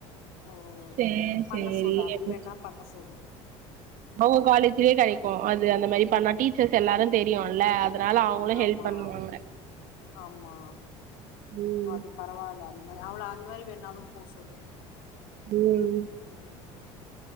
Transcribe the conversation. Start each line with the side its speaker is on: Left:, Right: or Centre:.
Left: ஓ
Right: சேரி
Left: பண்ண
Right: சேரி
Left: சொல்லு அப்டி
Right: எது
Left: வேணா பண்ண சொல்லு
Right: அவுங்க காலேஜ்லயே
Left: ம் ம்
Right: கெடைக்கு அது அந்த மாரி பண்ணா டீச்சர்ஸ் எல்லாரு தெரியும்ல அதனால அவங்களு
Left: ஆமா
Right: ஹெல்ப் பண்ணுவாங்க
Left: ஆமா
Right: ம்
Left: அது பரவால்ல அந்த மாரி அவள அந்த மாரி வேணாலு போ சொல்லு
Right: ம்
Left: ம்